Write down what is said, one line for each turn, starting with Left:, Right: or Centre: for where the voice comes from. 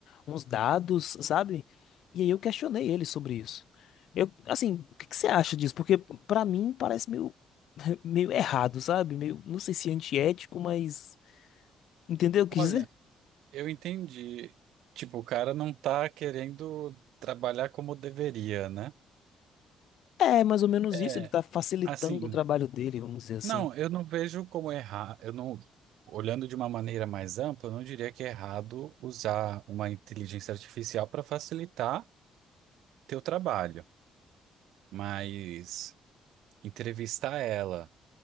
Left: uns dados, sabe? E aí eu questionei ele sobre isso. Eu, assim, o que que você acha disso? Porque pra mim parece meio <laughs> meio errado, sabe? Meio, não sei se é antiético, mas entendeu o
Right: Olha,
Left: que dizer?
Right: eu entendi. Tipo, o cara não tá querendo trabalhar como deveria, né?
Left: É, mais ou menos
Right: É,
Left: isso. Ele tá facilitando
Right: assim,
Left: o trabalho dele, vamos dizer assim.
Right: não, eu não vejo como errar. Eu não, olhando de uma maneira mais ampla, eu não diria que é errado usar uma inteligência artificial para facilitar teu trabalho, mas entrevistar ela